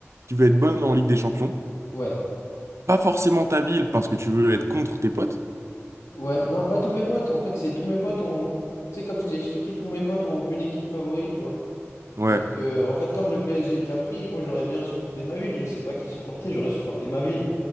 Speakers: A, on the right (about 65°); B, on the left (about 80°).
A: qui veut être bonne en Ligue des Champions.
B: Ouais.
A: Pas forcément ta ville, parce que tu veux être contre tes potes.
B: Ouais. Non, pas tous mes potes. En fait, c'est tous mes potes ont. Tu sais, comme je t'ai expliqué, tous mes potes ont une équipe favorite, tu vois.
A: Ouais,
B: Et donc, euh, en fait, comme le PSG est déjà pris, moi j'aurais bien supporté ma ville. Je sais pas qui supporter, j'aurais supporté ma ville.